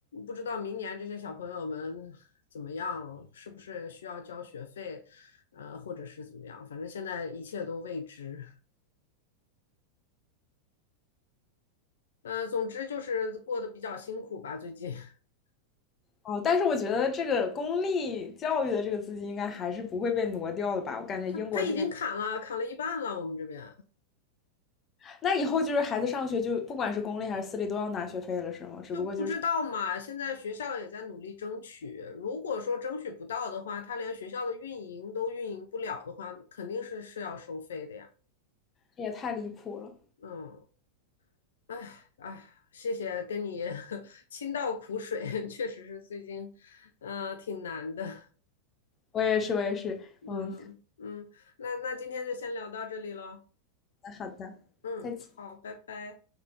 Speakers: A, on the left; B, on the left.
A: 不知道明年这些小朋友们怎么样，是不是需要交学费，呃，或者是怎么样，反正现在一切都未知。呃，总之就是过得比较辛苦吧，最近。<laughs>
B: 哦，但是我觉得这个公立教育的这个资金应该还是不会被挪掉的吧？我感觉英国这边，
A: 他他已经砍了，砍了一半了，我们这边
B: 那以后就是孩子上学就不管是公立还是私立都要拿学费了，是吗？只不过就是
A: 就不知道嘛。现在学校也在努力争取，如果说争取不到的话，他连学校的运营都运营不了的话，肯定是是要收费的呀。
B: 这也太离谱了。
A: 嗯，哎哎，谢谢跟你 <laughs> 倾倒苦水，确实是最近，嗯，挺难的。
B: 我也是，我也是，
A: 嗯嗯，
B: 嗯，
A: 那那今天就先聊到这里喽。
B: 好的，
A: 嗯，
B: 再见。
A: 好，拜拜。